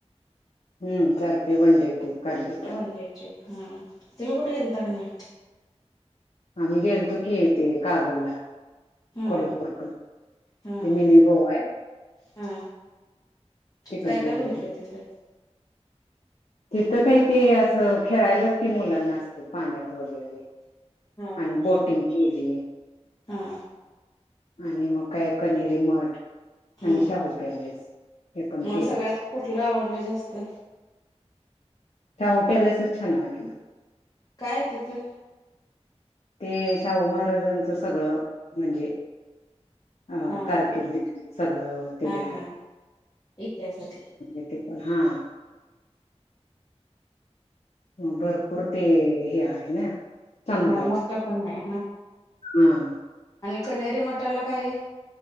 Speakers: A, on the left; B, on the left.
A: हम्म! चालते वन डे ट्रिप काढली तर.
B: वन डे ट्रिप हा तुम्ही कुठे गेलता का नाही?
A: आम्ही गेलोतो की ते कागलला.
B: हा
A: कोल्हापूरकडे
B: हा
A: ते मिनी गोवा आहे.
B: हा
A: तिकडे
B: काय काय
A: गेलेलो
B: बघितलं तिथं?
A: तिथं काही ते असं खेळायलाच की मुलांना असते पाण्यात वगैरे.
B: हा
A: आणि
B: हा
A: बोटिंग केली.
B: हा.
A: आणि मग काय कनेरी मठ आणि
B: हा
A: शाहू पॅलेस. हे पण
B: मग
A: केलं
B: सगळ्यात कुठलं आवडलं जास्त?
A: शाहू पॅलेसच छान वाटल.
B: काय आहे तिथं?
A: ते शाहू महाराजांचं सगळं म्हणजे, अं
B: हा
A: कारकीर्दी
B: हा
A: सगळं ते
B: हा
A: आहे.
B: हा इतिहासातलं
A: ते पण हा. ह भरपूर ते हे आहे ना चांगलं
B: हा
A: आहे.
B: मोठं पण आहे
A: हम!
B: कनेरीेमठाला काय आहे?